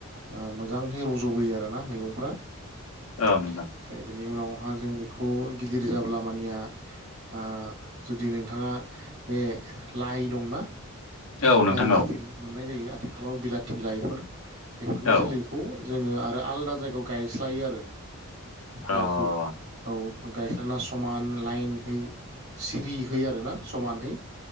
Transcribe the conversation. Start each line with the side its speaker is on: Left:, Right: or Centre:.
Right: ओ मोजांङै रज'बोयो आरोना मैगंफ्रा। ओमफ्राय
Left: औ नोंथां
Right: बिनि उनावहा जों बेखौ गिदिर जाब्ला मानिया ओ जुदि नोंथाङा बे लाइ दंना?
Left: औ नोंथां
Right: लाइ गिदिर
Left: औ
Right: मोननाय जायो आथिखालाव बिलाथि लाइफोर बेफोरनि
Left: औ
Right: जोलैखौ जोङो आरो आलादा जायगायाव गायस्लायो आरो
Left: अ
Right: लाइखौ औ गायस्लायना समान लाइनहै सिरिहोयो आरोना समानहै